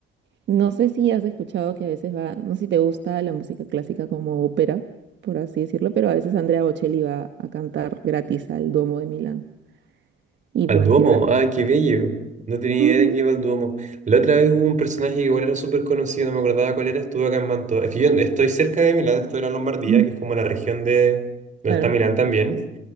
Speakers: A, on the right; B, on the right.
A: No sé si has escuchado que a veces va, no sé si te gusta la música clásica como ópera, por así decirlo, pero a veces Andrea Bocelli va a cantar gratis al Duomo de Milán y
B: Al
A: puedes
B: Duomo,
A: ir a verlo.
B: ah, qué bello. No tenía
A: Ujú.
B: idea de que iba al Duomo. La otra vez hubo un personaje que igual era súper conocido, no me acordaba cuál era, estuvo acá en Manto. Es que yo estoy cerca de Milán, estoy en la Lombardía,
A: Ujú.
B: que es como la región de donde
A: Claro,
B: está Milán también.